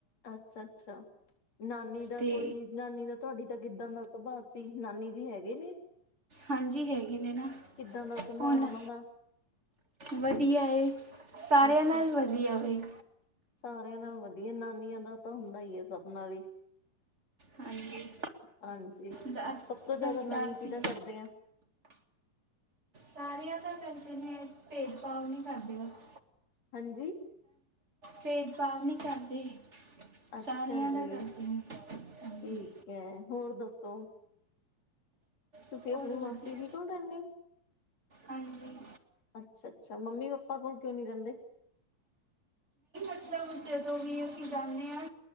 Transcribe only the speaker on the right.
ਤੇ
ਹਾਂਜੀ ਹੈਗੇ ਨੇ ਨਾ
ਉਹਨਾਂ।
ਵਧੀਆ ਏ ਸਾਰਿਆਂ
ਨਾਲ ਵਧੀਆ ਜੀ।
ਹਾਂਜੀ
ਦਾ-
ਬਸ
ਦਾਦੀ
ਸਾਰੀਆਂ ਦਾ ਕਰਦੇ ਨੇ ਭੇਦਭਾਵ ਨਹੀਂ ਕਰਦੇ ਬਸ।
ਭੇਦਭਾਵ ਨੀ ਕਰਦੇ,
ਸਾਰਿਆਂ ਦਾ
ਕਰਦੇ ਨੇ। ਹਾਂਜੀ
ਬਹੁਤ
ਵਧੀਆ
ਹਾਂਜੀ।
ਚਲੋ ਜਦੋਂ ਵੀ ਅਸੀਂ ਜਾਂਨੇ ਆ,